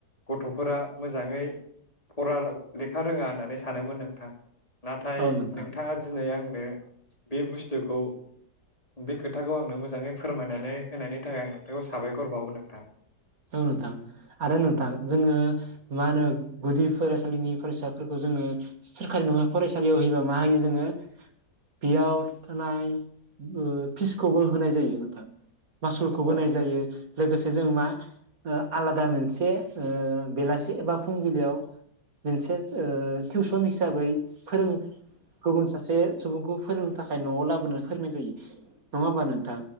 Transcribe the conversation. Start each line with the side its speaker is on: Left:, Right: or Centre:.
Left: गथ'फोरा मोजाङै फरा लेखा रोङा होननानै सानोमोन नोंथां नाथाय
Right: औ नोंथां
Left: नोंथाङा दिनै आं <unintelligible> बे बुस्थुखौ बे खोथाखौ आंनो मोजाङै फोरमायनानै होनायनि थाखाय आं नोंथांखौ साबायखर बावो नोंथां
Right: औ नोंथां आरो नोंथां जोङो मा होनो गुदि फरायसालिनि फरायसाफोरखौ जोङो सोरखारि नङा फरायसालियाव होयोबा मा होयो जोङो बेयाव थानाय ओ फिसखौबो होनाय जायो नोंथां मासुलखौबो
Left: अ
Right: बोनाय जायो लोगो जों मा ओ आलादा मोनसे बेलासि एबा फुंबिलियाव मोनसे ओ टिउसन हिसाबै फोरों गुबुन सासे सुबुंखौ फोरोंनो थाखाय न'आव लाबोनो फोरोंनाय जायो। नङा होमबा नोंथां